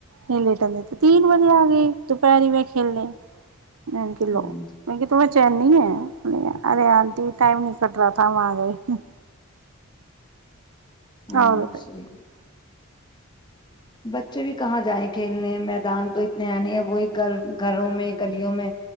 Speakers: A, on the right (about 80°); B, on the left (about 20°).
A: ن لےٹ <unintelligible> تین بجے آ گئی دوپہری میں کھیلنے <unintelligible> ک لو
B: ہوں
A: م تو <unintelligible> چنیی ہے <unintelligible> ارے آنٹی ٹم نہیں کٹ رہا تھاام آ گئے <unintelligible> <unintelligible>
B: ہاں
A: <unintelligible>
B: صحیح ہے بچے بھی کہاں جائیں کھیلنے میدان تو اتنے ہیں نہیں ہیں وہی گھر گھروں میں گلیوں میں